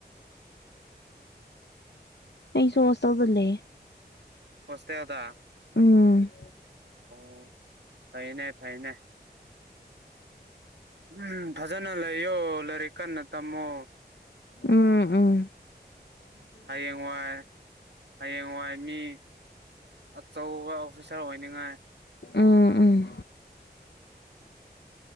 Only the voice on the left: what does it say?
ꯑꯩꯁꯨ ꯍꯣꯁꯇꯦꯜꯗ ꯂꯩꯌꯦ
ꯎꯝ
ꯎꯪ ꯎꯪ
ꯎꯪꯎꯪ